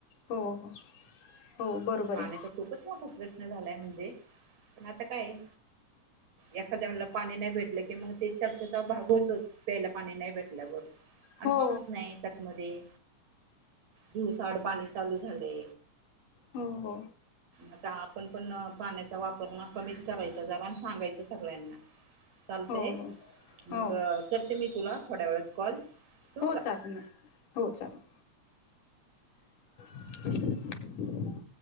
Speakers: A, on the left; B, on the right.
A: हो हो हो बरोबर
B: पाण्याचा
A: आहे.
B: खूपच मोठा प्रश्न झालाय म्हणजे आता काय एखाद्याला पाणी नाही भेटल की मग ते चर्चाचा भाग होतोच प्यायला पाणी नाय भेटल्यावर आणि
A: हो
B: पाऊस नाही त्यातमध्ये दिवसाआड पाणी चालू झाले.
A: हो हो!
B: आता आपण पण पाण्याचा वापर कमीच करायचा जरा आणि सांगायच सगळ्यांना. चालते
A: हो हो
B: मग
A: हो
B: करते मी तुला थोड्या वेळात कॉल. ठेवू
A: हो
B: का
A: चालल ना हो चालेल. <inaudible>